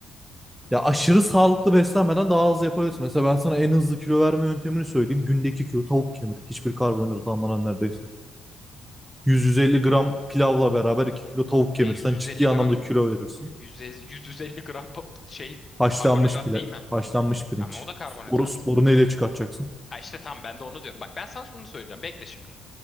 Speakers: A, in the centre; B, on the left.
A: ya aşırı sağlıklı beslenmeden daha hızlı yapabilirsin. Mesela ben sana en hızlı kilo verme yöntemini söyleyeyim. Günde 2 kilo tavuk kemir. Hiçbir karbonhidrat almadan neredeyse. 100-150 gram pilavla beraber 2 kilo tavuk kemirsen
B: E 100-150
A: ciddi
B: gram
A: anlamda kilo verirsin.
B: 100-150 gram <laughs> ba- şey
A: Haşlanmış
B: karbonhidrat
A: pilav,
B: değil mi?
A: haşlanmış pirinç.
B: Ama o da karbonhidrat.
A: Sporu, sporu neyle çıkartacaksın?
B: Ha işte tam ben de onu diyorum. Bak ben sana şunu söyleyeceğim. Bekle şimdi.